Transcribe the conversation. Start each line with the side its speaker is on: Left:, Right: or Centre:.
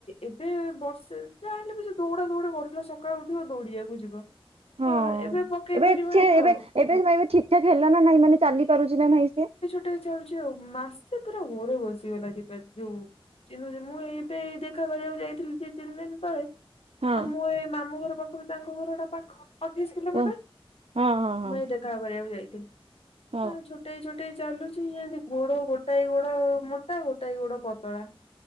Left: ଏବେ ବର୍ଷେ ଯାହା ହେଲେ ବି ସେ ଦୌଉ କେମ୍‌ତି ଗୋଟେ କରୁଥିଲା ସକାଳୁ ଉଠିବ ଦୌଡିବାକୁ ଯିବ।
Right: ହଁ
Left: ହେଲା ଏବେ ପକେଇ
Right: ଏବେ
Left: ପାରିବନି
Right: ସିଏ
Left: ଆଉ।
Right: ଏବେ ଏବେ ମେବି ଠିକ୍‌ଠାକ୍ ହେଲା ନା ନାଇଁ ମାନେ ଚାଲିପାରୁଚି ନା ନାହିଁ ସେ?
Left: ଗୋଟେ ଚାଲିଚି ଆଉ ମାସେ ପୁରା ଘରେ ବସିଗଲା ଦୀବା ଯୋଉ ଚିନୁଛି ମୁଁ ଏଇ ଏବେ ଏଇ ଦେଖା କରିବାକୁ ଯାଇଥିଲି ଦି ତିନି ଦିନ୍ ତଳେ।
Right: ହଁ
Left: ଆଉ ମୁଁ ଏଇ ମାମୁଁ ଘର ପାଖରୁ ତାଙ୍କ ଘରଟା ପାଖ ଅଠେଇଶି କିଲୋମିଟର।
Right: ଓ ହଁ ହଁ ହଁ
Left: ମୁଁ ଏଇ ଦେ ଖା କରିବାକୁ ଯାଇଥିଲି।
Right: ହଁ।
Left: ଆଁ ଛୋଟେଇ ଛୋଟେଇ ଚାଲୁଚି ଇଏ ଏନ୍ତି ଗୋଡ ଗୋଟାଏ ଗୋଡ ମୋଟା ଗୋଟାଏ ଗୋଡ ପତଳା।